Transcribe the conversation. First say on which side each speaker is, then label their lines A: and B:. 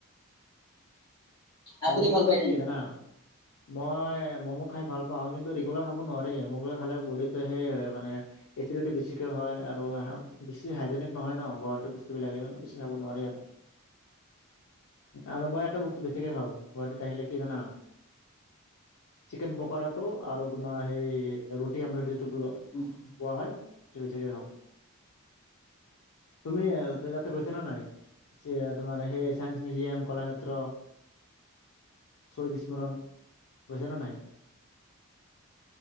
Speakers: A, on the left; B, on the left.
A: আপুনি
B: মম
A: ভাল
B: টো
A: পায়
B: মানে
A: নে
B: কি
A: নাই?
B: জানা। মই ম'ম' খাই ভাল পাওঁ কিন্তু ৰেগুলাৰ খাব নোৱাৰি, খালে বডিটো সেই হয় মানে। এচিডিটি বেছিকে হয় আৰু বেছি হাইজেনিক নহয় ন ঘৰত বস্তুবিলাক সেইকাৰণে বেছি খাব নোৱাৰি আৰু। আৰু মই এটা বস্তু বেছিকে খাওঁ গুৱাহাটীত আহিলে কি জানা। চিকেন পকৰাটো আৰু তোমাৰ সেই ৰুটি আমলেট যিটো <unintelligible>
A: <unintelligible>
B: <unintelligible> টো বেছি কে খাওঁ। তুমি <unintelligible> তে গৈছা নে নাই তোমাৰ সেই চাইেন্স মিউজিয়াম কলাক্ষেত্ৰ। শ্বহীদ স্মৰণ গইছা নে নাই।